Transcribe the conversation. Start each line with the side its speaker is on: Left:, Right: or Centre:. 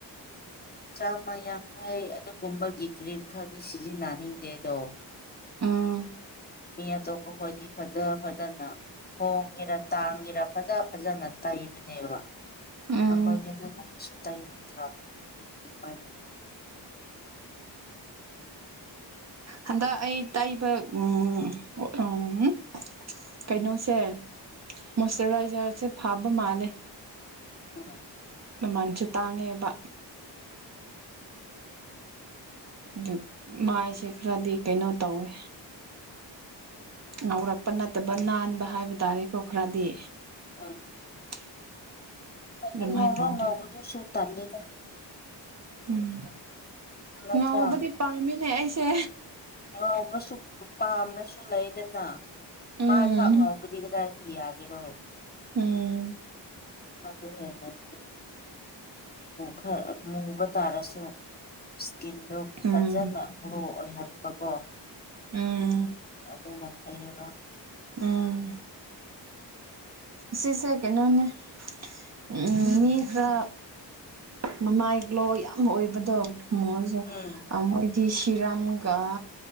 Left: ꯆꯥꯝꯃꯥ ꯌꯥꯡꯈꯩ ꯑꯗꯨꯒꯨꯝꯕꯒꯤ ꯀ꯭ꯔꯤꯝ ꯈꯔꯗꯤ ꯁꯤꯖꯤꯟꯅꯅꯤꯡꯗꯦꯗꯣ
Right: ꯎꯝ
Left: ꯃꯤ ꯑꯇꯣꯞꯄ ꯈꯣꯏꯗꯤ ꯐꯖ ꯐꯖꯅ ꯍꯣꯡꯒꯦꯔꯥ ꯇꯥꯡꯒꯦꯔ ꯐꯖ ꯐꯖꯅ ꯇꯩꯕꯅꯦꯕ
Right: ꯎꯝ
Left: ꯑꯩꯈꯣꯏꯗꯤ ꯑꯗꯨꯒꯨꯝꯕꯁꯨ ꯇꯩꯅꯤꯡꯗ꯭ꯔꯕ ꯑ
Right: ꯍꯟꯗꯛ ꯑꯩ ꯇꯥꯛꯕ ꯎꯝ ꯎꯝ ꯀꯩꯅꯣꯁꯦ ꯃꯣꯏꯆꯔꯥꯏꯖꯔꯁꯦ ꯐꯥꯕ ꯃꯥꯜꯂꯦ
Left: ꯎ
Right: ꯃꯃꯜꯁꯨꯦ ꯇꯥꯡꯉꯦꯕ ꯑꯗꯨ ꯃꯥꯏꯁꯦ ꯈꯔꯗꯤ ꯀꯩꯅꯣ ꯇꯧꯋꯦ ꯉꯧꯔꯛꯄ ꯅꯠꯇꯕ ꯅꯥꯟꯕ ꯍꯥꯏꯕ ꯇꯥꯔꯦꯀꯣ ꯈꯔꯗꯤ
Left: ꯑ
Right: <inaudible>
Left: ꯍꯥꯏꯗꯤ ꯉꯧꯔꯣ
Right: ꯇꯧꯗꯤ
Left: ꯉꯧꯕꯗꯨ ꯁꯨ ꯇꯜꯂꯤꯦꯗ
Right: ꯎꯝ
Left: ꯅꯠꯇ꯭ꯔꯥ
Right: ꯉꯥꯎꯕꯗꯤ ꯄꯥꯝꯃꯤꯅꯦ ꯑꯩꯁꯦ
Left: ꯉꯥꯎꯕꯁꯨ ꯄꯥꯝꯅꯁꯨ ꯂꯩꯗꯅ
Right: ꯎꯝ
Left: ꯃꯥ ꯊꯥꯛ ꯉꯥꯎꯕꯗꯤ ꯀꯗꯥꯏꯗ ꯌꯥꯒꯦꯔꯣ
Right: ꯎꯝ
Left: ꯑꯗꯨ ꯍꯦꯟꯅꯗꯤ ꯈꯔ ꯃꯨꯕ ꯇꯥꯔꯁꯨ ꯏꯁꯀꯤꯟꯗꯣ
Right: ꯎꯝ
Left: ꯐꯖꯅ ꯍꯣ ꯑꯩ ꯍꯥꯠꯄꯀꯣ
Right: ꯎꯝ
Left: ꯑꯗꯨꯅ ꯐꯩꯌꯦꯕ
Right: ꯎꯝ ꯁꯤꯁꯦ ꯀꯩꯅꯣꯅꯦ ꯎꯝ ꯃꯤ ꯈ ꯃꯃꯥꯏ ꯒ꯭ꯂꯣ ꯌꯥꯝ ꯑꯣꯏꯕꯗꯣ ꯃꯣꯏꯁꯨ
Left: ꯎꯝ
Right: ꯃꯣꯏꯗꯤ ꯁꯤꯔꯝꯒ